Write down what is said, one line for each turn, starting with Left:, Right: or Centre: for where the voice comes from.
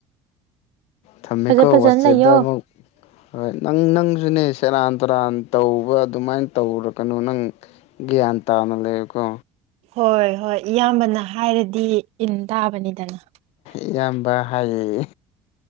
Left: ꯊꯝꯃꯦꯀꯣ
Right: ꯐꯖ ꯐꯖꯅ
Left: ꯋꯥꯆꯦꯞꯇ
Right: ꯂꯩꯌꯣ
Left: ꯑꯃꯨꯛ ꯍꯣꯏ ꯅꯪ ꯅꯪ ꯅꯪꯖꯨꯅꯦ ꯁꯦꯔꯥꯟ ꯇꯨꯔꯥꯟ ꯇꯧꯕ ꯑꯗꯨꯃꯥꯏꯅ ꯇꯧꯔꯛꯀꯅꯨ ꯅꯪ ꯒ꯭ꯌꯥꯟ ꯇꯥꯅ ꯂꯩꯌꯨꯀꯣ꯫
Right: ꯍꯣꯏ ꯍꯣꯏ ꯏꯌꯥꯝꯕꯅ ꯍꯥꯏꯔꯗꯤ ꯏꯟ ꯇꯥꯕꯅꯤꯗꯅ꯫
Left: ꯏꯌꯥꯝꯕ ꯍꯥꯏꯌꯦ